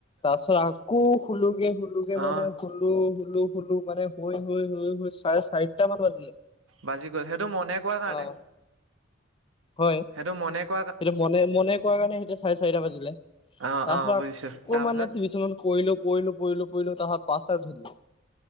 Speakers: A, on the left; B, on the right.
A: তাৰপিছত আকৌ শুলোগে শুলোগে
B: অ
A: মানে শুলো শুলো শুলো মানে শুই শুই শুই শুই চাৰে চাৰিটা মান বাজিলে।
B: বাজি গ'ল সেইটো মনে কোৱা কাৰণে
A: অ হয়
B: সেইটো মনে কোৱা।
A: সেইটো মনে মনে কোৱা কাৰণে সেইটো চাৰে চাৰিটা বাজিলে। তাৰ
B: অ অ
A: পাছত
B: বুজিছো
A: আকৌ
B: তাৰপিছত
A: মান টিওছনত কৰিলো পৰিলো পৰিলো পৰিলো তাৰ পাছত পাঁচটা শুলো।